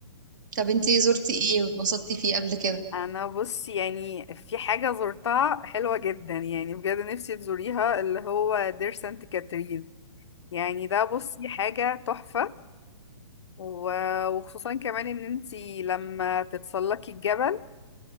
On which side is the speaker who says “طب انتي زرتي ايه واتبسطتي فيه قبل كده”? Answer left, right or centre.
Right